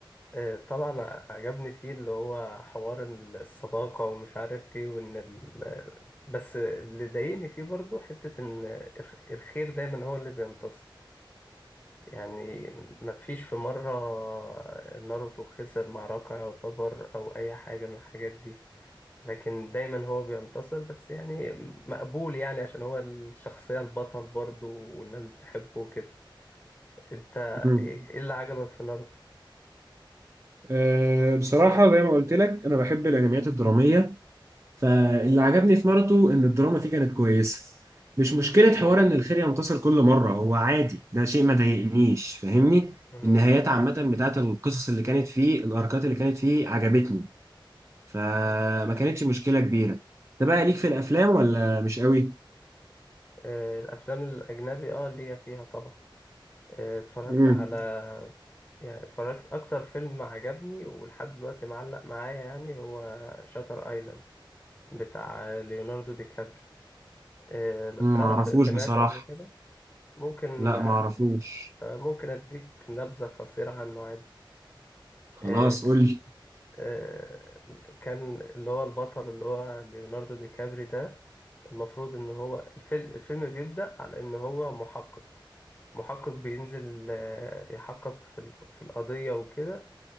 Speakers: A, on the left (about 25°); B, on the right (about 35°).
A: إيه طبعا عجبني فيه اللي هو حوار إن الصداقه ومش عارف ايه وان ال... بس اللي ضايقني فيه برضو حته ان الخ- الخير دايما هو اللي بينتصر يعني مفيش في مرة ناروتو خسر معركة يعتبر أو أي حاجة من الحاجات دي لكن دايما هو بينتصر بس يعني مقبول يعني عشان هو الشخصية البطل برضه والناس بتحبه وكده انت
B: امم
A: ايه إيه اللي عجبك في ناروتو؟
B: أه بصراحة زي ما قلت لك أنا بحب الأنميات الدرامية فاللي عجبني في ناروتو إن الدراما فيه كانت كويسة مش مشكلة حوار إن الخير ينتصر كل مرة هو عادي ده شيء ما ضايقنيش فاهمني
A: مم.
B: النهايات عامة بتاعت القصص اللي كانت فيه الأركات اللي كانت فيه عجبتني فما
A: مم.
B: كانتش مشكلة كبيرة ده بقى ليك في الأفلام ولا مش قوي؟
A: آه، الأفلام الأجنبي اه ليا فيها طبعا آه، اتفرجت
B: مم.
A: على يعني اتفرجت أكتر فيلم عجبني ولحد دلوقتي معلق معايا يعني هو شاتر ايلاند بتاع ليوناردو دي كابري آه، لو
B: مم،
A: تعرف
B: معرفوش
A: سمعته
B: بصراحة
A: قبل كده ممكن
B: لا معرفوش
A: آه، ممكن اديك نبذة قصيرة عنه عادي
B: خلاص
A: آه،
B: قول لي
A: آه، كان اللي هو البطل اللي هو ليوناردو دي كابري ده المفروض ان هو الفيلم الفيلم بيبدأ على ان هو محقق محقق بينزل آه، يحقق في ال- في القضية وكده